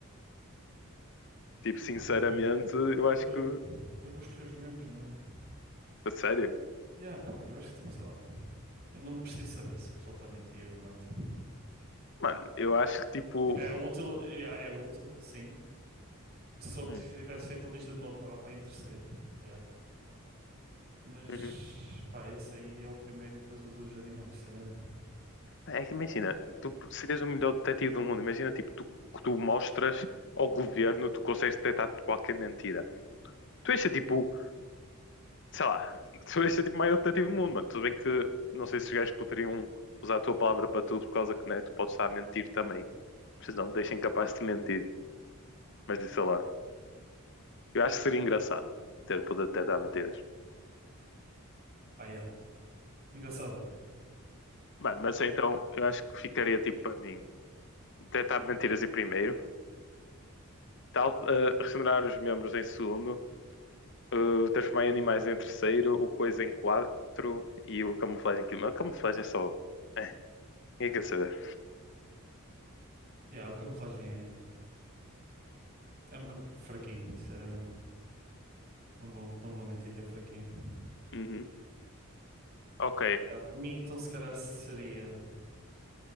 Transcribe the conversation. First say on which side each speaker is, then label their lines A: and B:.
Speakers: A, on the left (about 55°); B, on the right (about 45°).
A: Tipo, sinceramente,
B: Pá, eu vou,
A: eu
B: eu
A: acho
B: vou,
A: que,
B: eu, eu vou escolher os membros, não é mesmo?
A: a sério,
B: Yeah, pá, eu acho que tipo, sei lá. Eu não preciso saber se o pessoal está a mentir ou não. Tipo,
A: mano, eu acho que tipo,
B: tipo, é útil, é é útil, sim. Se eu
A: hum,
B: tivesse feito a lista de novo, estava para em terceiro. Yeah. Mas,
A: uhum.
B: pá, esse aí é o primeiro e depois o dos animais, sinceramente.
A: é que imagina, tu serias o melhor detetive do mundo, imagina tipo, tu, tu mostras ao governo, tu consegues detectar qualquer mentira. Tu és tipo sei lá, <laughs> tu és tipo o maior detetive do mundo, mano. Tudo bem que não sei se os gajos poderiam usar a tua palavra para tudo, por causa que né, tu podes estar a mentir também. Vocês não te deixem capaz de mentir. Mas sei lá, eu acho que seria engraçado ter o poder de detectar mentiras.
B: Pá, yeah. Engraçado.
A: Mano, mas então eu acho que ficaria tipo para mim: detectar mentiras em primeiro, tal, eh, regenerar os membros em segundo, eh, transformar em animais em terceiro, o coisa em quatro e o camuflagem em quinto. Mas a camuflagem é só. É, ninguém quer saber.
B: Yeah, a camuflagem é, é um bocado fraquinho, sinceramente. Não vou, não vou mentir, é fraquinho.
A: Uhum. Ok,
B: Ah, para mim, então, se calhar seria